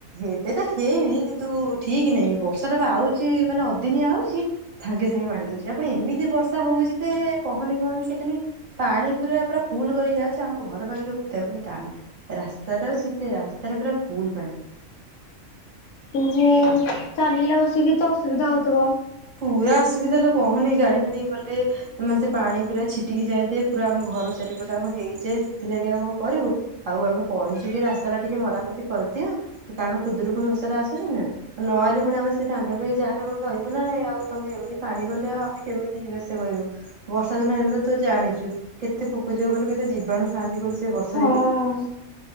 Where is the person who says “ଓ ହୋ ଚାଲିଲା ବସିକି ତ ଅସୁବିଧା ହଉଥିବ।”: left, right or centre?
Left